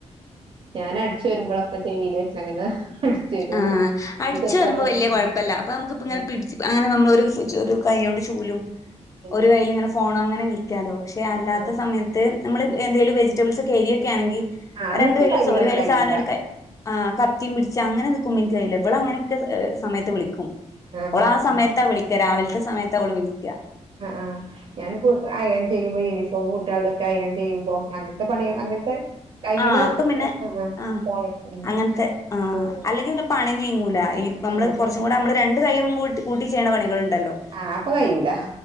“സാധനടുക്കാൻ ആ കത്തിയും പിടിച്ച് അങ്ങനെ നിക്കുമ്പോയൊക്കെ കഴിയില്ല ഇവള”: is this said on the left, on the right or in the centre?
Left